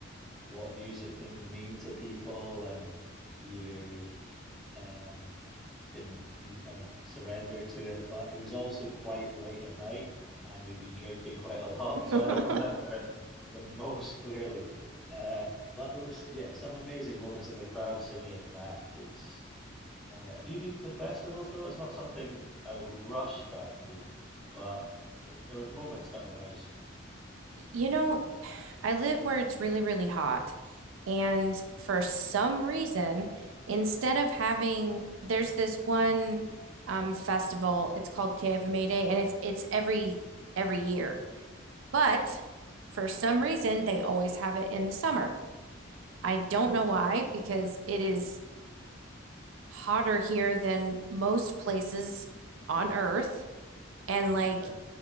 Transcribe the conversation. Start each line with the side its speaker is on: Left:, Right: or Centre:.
Centre: what music can mean to people, and you, um, can you kind of surrender to it. But it was also quite late at night, and we have been drinking quite a lot,
Right: <laughs>
Centre: so I don't remember it the most <laughs> clearly. Uh, but there was yeah some amazing moments in the crowd singing it back. It's uh, have you been to festivals though? It's not something I would rush back to, but it, there was moments that are nice.
Right: You know, I live where it's really, really hot. And for some reason, instead of having, there's this one um, festival. It's called KFMA Day, and it's it's every every year. But for some reason, they always have it in the summer. I don't know why, because it is hotter here than most places on Earth. And like
Centre: <laughs> Right.